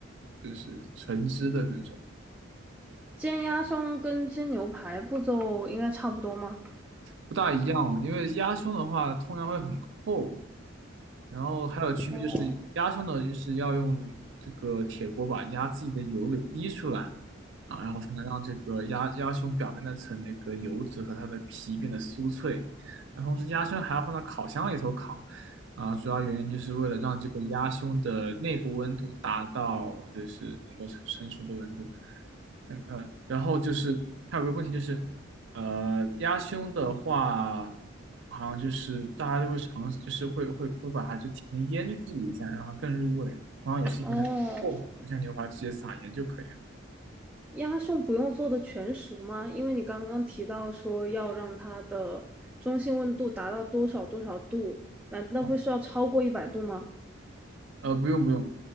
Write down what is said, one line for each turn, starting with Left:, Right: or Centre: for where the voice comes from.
Right: 就是橙汁的那种，
Centre: 煎鸭胸跟煎牛排步骤应该差不多吗？
Right: 不大一样哦，因为鸭胸的话通常会很厚，然后还有区别就是鸭胸呢，
Centre: 哦。
Right: 就是要用这个铁锅把鸭自己的油给逼出来啊，然后才能让这个鸭鸭胸表面那层那个油脂和它的皮变得酥脆。那同时鸭胸还要放到烤箱里头烤啊，主要原因就是为了让这个鸭胸的内部温度达到就是能够成成熟的温度。嗯嗯，然后就是还有个问题就是，呃，鸭胸的话，好像就是大家就会尝试，就是会会会把它就提前腌制一下，让它更入味。然后也是因为它厚，
Centre: 哦，
Right: 不像牛排直接撒盐就可以了。
Centre: 鸭胸不用做的全熟吗？因为你刚刚提到说要让它的中性温度达到多少多少度，难道不需要超过一百度吗？
Right: 啊，呃，不用不用。